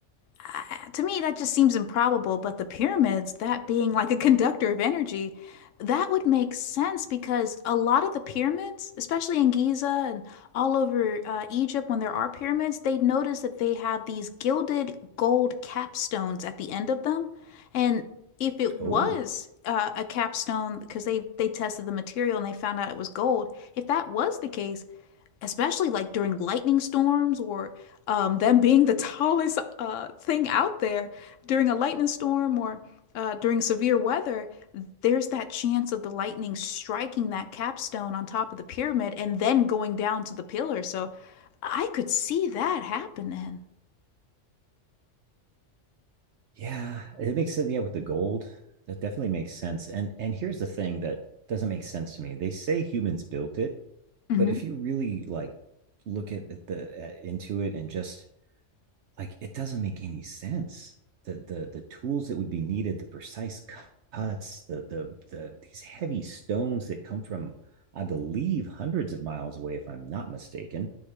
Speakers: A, on the left; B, on the right.
A: I- to me, that just seems improbable, but the pyramids, that being like a conductor of energy, that would make sense because a lot of the pyramids, especially in Giza and all over uh, Egypt, when there are pyramids, they notice that they have these gilded gold capstones at the end of them. And if it was
B: oh
A: uh, a capstone, because they, they tested the material and they found out it was gold, if that was the case, especially like during lightning storms or um, them being the <laughs> tallest uh, thing out there during a lightning storm or uh, during severe weather, there's that chance of the lightning striking that capstone on top of the pyramid and then going down to the pillar. So I could see that happening.
B: Yeah, it makes sense. Yeah, with the gold, that definitely makes sense. And and here's the thing that doesn't make sense to me. They say humans built it,
A: hmm
B: but if you really like look at at the at, into it and just like it doesn't make any sense. The the the tools that would be needed, the precise cu- cuts, the the the these heavy stones that come from, I believe, hundreds of miles away, if I'm not mistaken.